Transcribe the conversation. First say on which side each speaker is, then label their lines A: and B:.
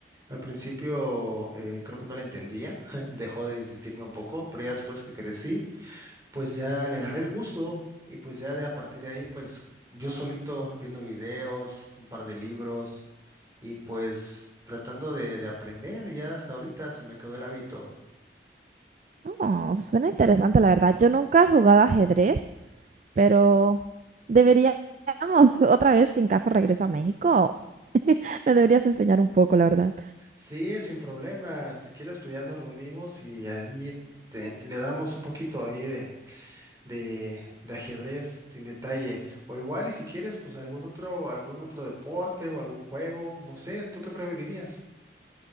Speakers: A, on the right (about 20°); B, on the right (about 40°).
A: Al principio eh, creo que no le entendía, <laughs> dejó de insistirme un poco, pero ya después que crecí, pues ya le agarré el gusto y pues ya de a partir de ahí, pues yo solito viendo videos, un par de libros y pues tratando de, de aprender, y ya hasta ahorita se me quedó el hábito.
B: Oh, suena interesante, la verdad. Yo nunca he jugado ajedrez, pero deberíamos <laughs> otra vez, sin caso regreso a México. <laughs> Me deberías enseñar un poco, la verdad.
A: Sí, sin problema, si quieres pues ya nos reunimos y ahí te- le damos un poquito ahí de... de, de ajedrez, sin detalle. O igual, y si quieres, pues algún otro, algún otro deporte o algún juego, no sé, ¿tú qué preferirías?